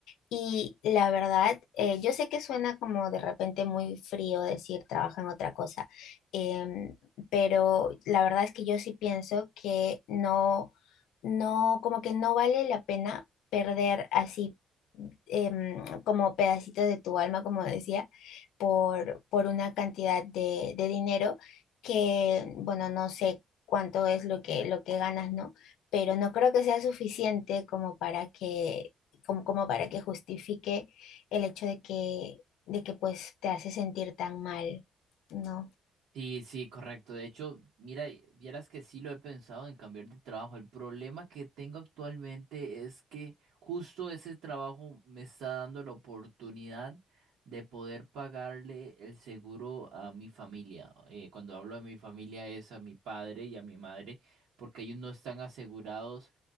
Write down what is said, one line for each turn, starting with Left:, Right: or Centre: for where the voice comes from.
Left: Y la verdad, eh, yo sé que suena como de repente muy frío decir trabaja en otra cosa, em, pero la verdad es que yo sí pienso que no, no, como que no vale la pena perder así em, como pedacitos de tu alma, como decía, por, por una cantidad de, de dinero que, bueno, no sé cuánto es lo que, lo que ganas, ¿no? Pero no creo que sea suficiente como para que como, como para que justifique el hecho de que, de que pues te hace sentir tan mal, ¿no?
Right: Sí, sí, correcto. De hecho, mira, vieras que sí lo he pensado en cambiar de trabajo. El problema que tengo actualmente es que justo ese trabajo me está dando la oportunidad de poder pagarle el seguro a mi familia. Eh, cuando hablo de mi familia es a mi padre y a mi madre, porque ellos no están asegurados